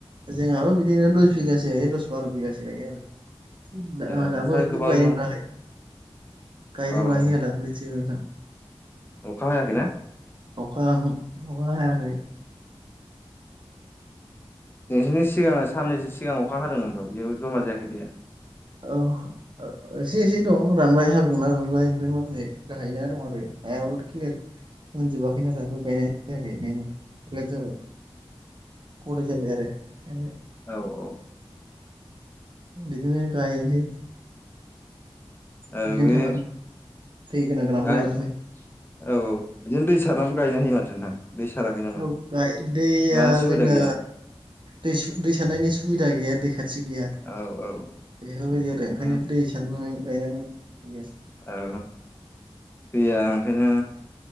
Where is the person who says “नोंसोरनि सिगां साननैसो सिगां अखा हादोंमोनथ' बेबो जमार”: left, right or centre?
Left